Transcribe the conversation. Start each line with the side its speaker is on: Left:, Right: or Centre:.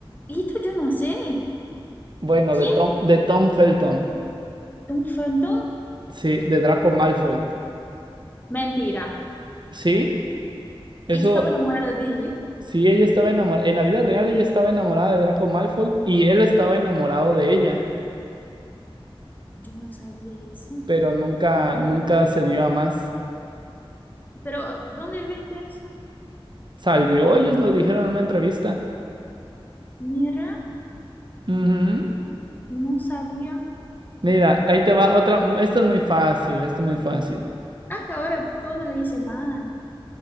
Left: Y esto yo no sé.
Right: Bueno,
Left: ¿Quién?
Right: de Tom, de Tom Felton.
Left: ¿Un fantón?
Right: Sí, de Draco Malfoy.
Left: Mentira.
Right: Sí, eso,
Left: Ella estaba enamorada de él.
Right: sí, ella estaba enamorada. En la vida real ella estaba enamorada de Draco Malfoy y él estaba enamorado de ella,
Left: Yo no sabía eso.
Right: pero nunca, nunca se dio a más.
Left: Pero, ¿dónde viste eso?
Right: Salió, ellos lo dijeron en una entrevista.
Left: Mira,
Right: Ujú.
Left: no sabía.
Right: Mira, ahí te va otra. m- Esto es muy fácil, esto es muy fácil.
Left: Hasta ahora todas hice mal,